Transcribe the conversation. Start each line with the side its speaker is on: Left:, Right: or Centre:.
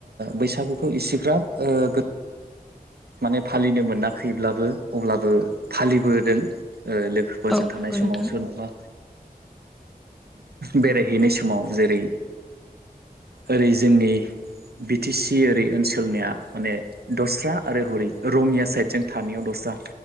Right: बैसागुखौ इसेग्राब गो माने फालिनो मोनाखैब्लाबो अब्लाबो फालिबोदों लोगोफोरजों
Centre: औ
Right: थानाय
Centre: नंगौ
Right: समाव
Centre: नोंथां
Right: सोरनबा बेरायहैनाय समाव जेरै ओरै जोंनि बि टि सि ओरै ओनसोलनिया माने दस्रा आरो हरै रंइया साइडजों सानैयाव दस्रा